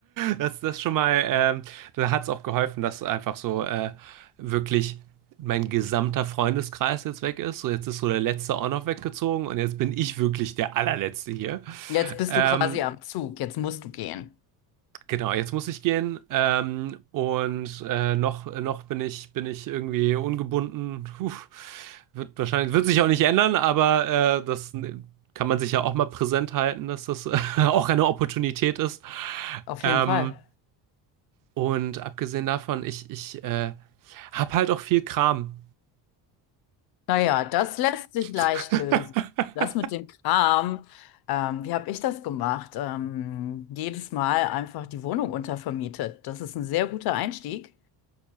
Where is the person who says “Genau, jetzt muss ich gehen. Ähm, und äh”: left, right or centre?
Right